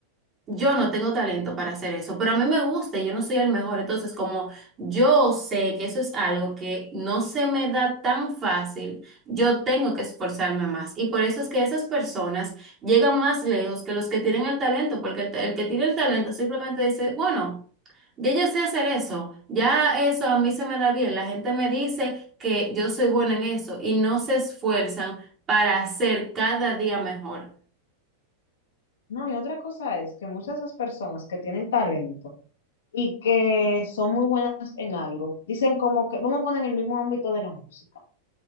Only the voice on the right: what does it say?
Yo no tengo talento para hacer eso, pero a mí me gusta y yo no soy el mejor. Entonces, como yo sé que eso es algo que no se me da tan fácil, yo tengo que esforzarme más. Y por eso es que esas personas llegan más lejos que los que tienen el talento, porque el, el que tiene el talento simplemente dice, bueno, ya yo sé hacer eso, ya eso a mí se me da bien. La gente me dice que yo soy buena en eso y no se esfuerzan para hacer cada día mejor.